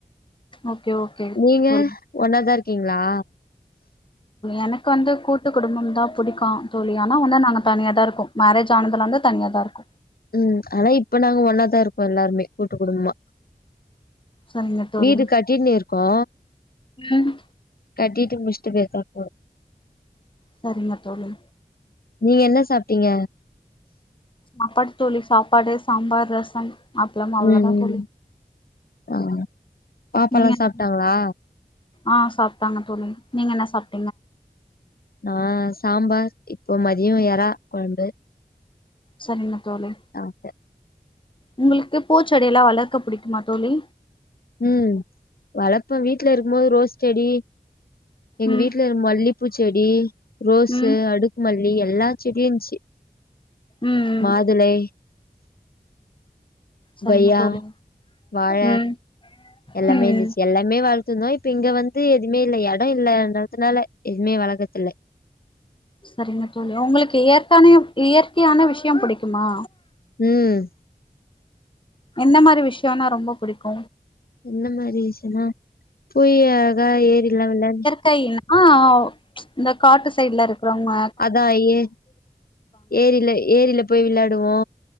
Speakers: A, on the left; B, on the left.
A: ஓகே ஓகே
B: நீங்க
A: தோழி
B: ஒன்னாதா இருக்கீங்ளா
A: எனக்கு வந்து கூட்டு குடும்பம் தா புடிக்கு தோழி ஆனா வந்து நாங்க தனியாதா இருக்கோ மேரேஜ் ஆனதுல இருந்து தனியாதா இருக்கோ
B: ம் ஆனா இப்ப நாங்க ஒன்னாதா இருக்கோ எல்லாருமே கூட்டு குடும்பமா
A: சரிங்க தோழி
B: வீடு கட்டின்னு இருக்கோ
A: ம்
B: கட்டிட்டு முடிச்டு பேசாம போனு
A: சரிங்க தோழி
B: நீங்க என்ன சாப்டீங்க
A: சாப்பாடு தோழி சாப்பாடு சாம்பார் ரசம் அப்ளம் அவ்ளதா
B: ம் ம்
A: தோழி
B: ஆ பாப்பால்லா
A: நீங்க என்ன
B: சாப்ட்டாங்களா
A: ஆ சாப்டாங்க தோழி நீங்க என்ன சாப்
B: நா சாம்பார் இப்போ மதியோ எறா கொழம்பு
A: சரிங்க தோழி
B: சாப்டே
A: உங்களுக்கு பூச்செடில்லா வளர்க்க புடிக்குமா தோழி
B: ம் வளப்பே வீட்ல இருக்கும்போது ரோஸ் செடி எங்க
A: ம்
B: வீட்ல இரு மல்லிப்பூ செடி ரோஸ்
A: ம்
B: அடுக்கு மல்லி எல்லா செடியு இருந்ச்சி
A: ம் ம்
B: மாதுளை
A: சரிங்க
B: கொய்யா
A: தோழி
B: வாழ
A: ம்
B: எல்லாமே
A: ம்
B: இருந்துச்சு எல்லாமே வளத் துருந்தோ இப்ப இங்க வந்து எதுமே இல்ல எடோ இல்லன்றதுனால எதுமே வளக்கர்தில்ல
A: சரிங்க தோழி உங்களுக்கு இயற்கான இயற்கையான விஷ்யோ புடிக்குமா
B: ம்
A: எந்த மாரி விஷ்யோன்னா ரொம்ப புடிக்கு
B: என்ன மாரி விஷ்யோன்னா போய் அழகா ஏறில்லா விளாண்
A: கைனா இந்த காட்டு சைட்ல இருக்குறவங்க
B: அதா ஏ ஏரில ஏரில போய் விளாடுவோ